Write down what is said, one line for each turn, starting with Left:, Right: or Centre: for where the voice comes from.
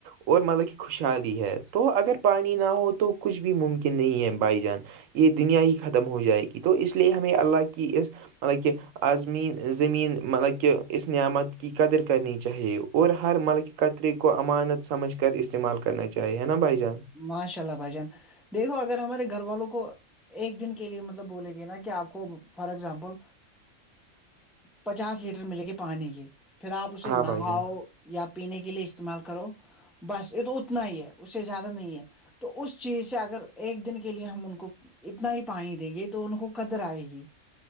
Right: اور مطلب کہ خوشحالی ہے تو اگر پانی نہ ہو تو کچھ بھی ممکن نہیں ہے بھائی جان یہ دنیا ہی ختم ہو جائے گی تو اس لیے ہمیں اللہ کی اس مطلب کہہ آزمین زمین مطلب کہہ اسس نعمت کی قدر کرنی چاہ وہ اور ہر ملک قطرے کو امانت سمجھ کر استعمال کرنا چاہیے ہے نا بھائی جان
Centre: ماشاء اللہ بھجان دیکھو اگر ہمارے گھر والوں کو ایک دن کے لیے مطلب بولے گے نا کہ آپ کو فار اگزامپل پچاس لیٹر ملے گی پانی کی پھر آپ اسے
Right: ہاں
Centre: نہاؤ
Right: بھائی جان
Centre: یا پینے کے لیے استعمال کرو بس یہ تو اتنا ہی ہے اس سے زیادہ نہیں ہے تو اس چیز سے اگر ایک دن کے لیے ہم ان کو اتنا ہی پانی دیں گے تو ان کو قدر آئے گی